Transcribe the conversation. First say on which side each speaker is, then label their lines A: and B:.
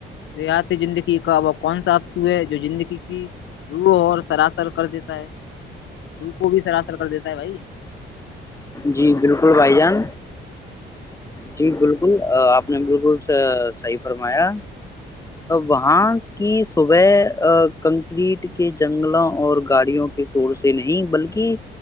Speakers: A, on the left (about 75°); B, on the left (about 15°).
A: دیہات زندگی کابق کون سا اپسو ہے جو زندگی کی روح اور سراسر کر دیتا ہے روح کو بھی سراسر کر دیتا ہے بھائی
B: جی بالکل بھائی جان جی بالکل آپ نے بالکل صحیح فرمایا وہاں کی صبح کنکریٹ کے جنگلوں اور گاڑیوں کے شور سے نہیں بلکہ